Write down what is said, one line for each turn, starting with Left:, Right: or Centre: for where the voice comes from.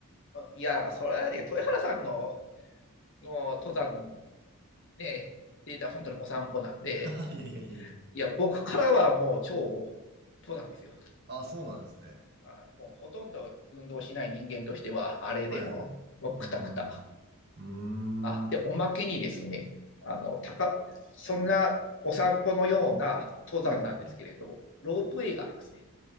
Left: いやー、それはね、豊原さんの、の登山、ね、データ本当にお散歩なんで、
Right: <laughs> いやいやいやいや。
Left: いや、僕からはもう超登山ですよ。
Right: あ、そうなんですね。
Left: あもうほとんど運動しない人間としては、あれでも、
Right: はい。
Left: もうくたくた。
Right: うん、うん、うん。
Left: あ、で、
Right: うーん。は
Left: おまけにですね、あの、高、そんなお散歩のような登山なんですけれど、
Right: い。
Left: ロープウェイがありますね。